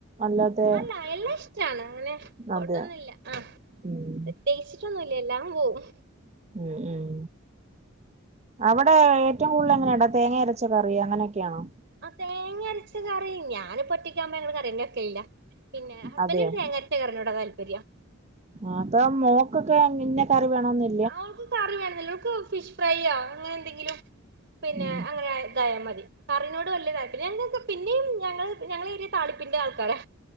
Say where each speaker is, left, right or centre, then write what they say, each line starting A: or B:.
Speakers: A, on the right; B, on the right.
A: അല്ലാതെ
B: അല്ല എല്ലാ ഇഷ്ടാണ് അങ്ങനെ ഫുടൊന്നില്ല
A: അതെ
B: ആഹ്
A: ഉം
B: പ്രത്യേച്ചിട്ടൊന്നുല്ല എല്ലാം പോവും
A: ഉം ഉം അവിടെ ഏറ്റവും കൂടുതൽ എങ്ങനെയാണ് തേങ്ങ അരച്ച കറിയങ്ങനെയൊക്കെയാണോ
B: ആഹ് തേങ്ങരച്ച കറി ഞാനിപ്പൊറ്റക്കാകുമ്പോ ഞങ്ങള് കറിയെന്നെ വെക്കലില്ല പിന്നെ ഹസ്ബന്റിന്
A: അതെയോ
B: തേങ്ങരച്ച കറിനോടാ താല്പര്യം
A: ആതാ മോക്കൊക്കെ അല്ല കറി വേണോം നി
B: ആഹ് ഓക്ക് കറി വേണന്നില്ല ഓൾക്ക് ഫിഷ് ഫ്രൈയോ അങ്ങനെന്തെങ്കിലും പിന്നെ
A: ഉം
B: അങ്ങനെ തായ മതി കറിനോട് വല്ല്യ താല്പര്യല്ല ഞങ്ങൾക്ക് പിന്നെയും ഞങ്ങള് ഞങ്ങള് ഏറിയ തളിപ്പിന്റെ ആൾക്കാരാ